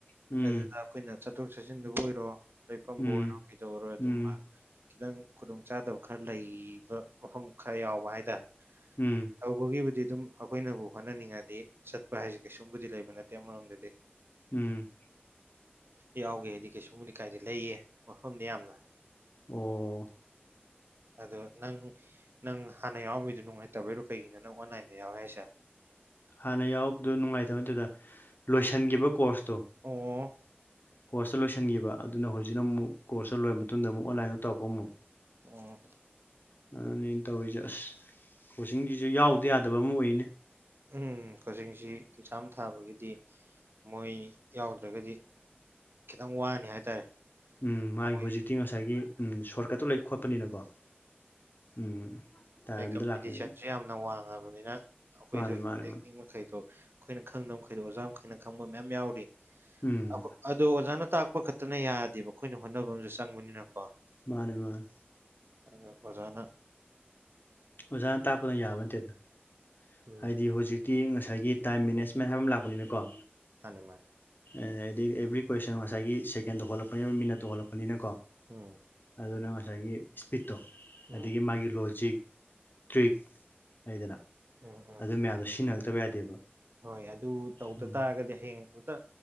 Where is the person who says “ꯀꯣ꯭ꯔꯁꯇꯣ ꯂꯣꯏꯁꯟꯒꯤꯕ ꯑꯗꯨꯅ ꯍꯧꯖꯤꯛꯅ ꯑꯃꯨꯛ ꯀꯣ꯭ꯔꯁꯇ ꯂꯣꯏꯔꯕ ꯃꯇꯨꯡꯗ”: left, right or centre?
Left